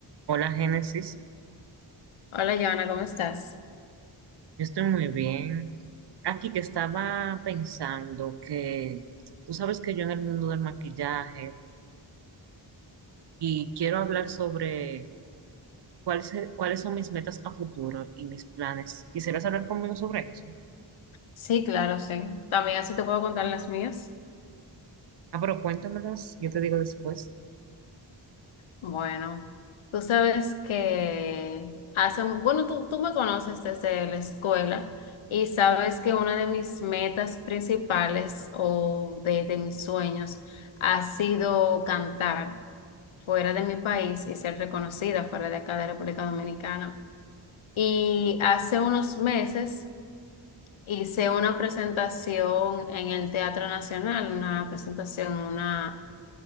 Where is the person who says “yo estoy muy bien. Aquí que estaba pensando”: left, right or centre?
Right